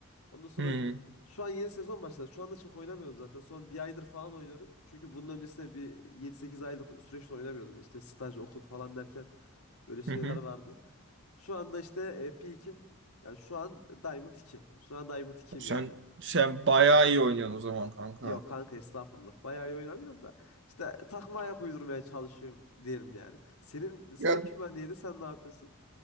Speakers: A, on the left; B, on the right.
A: Ondan sonra
B: Hmm.
A: e, şu an yeni sezon başladı. Şu anda çok oynamıyorum zaten. Son bir aydır falan oynuyorum. Çünkü bunun öncesinde bir yedi sekiz aylık süreçte oynamıyordum. İşte staj, okul falan derken böyle şeyler
B: Hı hı.
A: vardı. Şu anda işte e, peak'im. Yani şu an Diamond 2. Şu an Diamond 2'yim
B: Sen
A: yani.
B: sen bayağı iyi oynuyorsun o zaman kanka.
A: Yok kanka estağfurullah. Bayağı iyi oynamıyorum da. İşte takıma ayak uydurmaya çalışıyorum diyelim yani. Senin senin
B: Ya
A: kümen neydi? Sen ne yapıyorsun?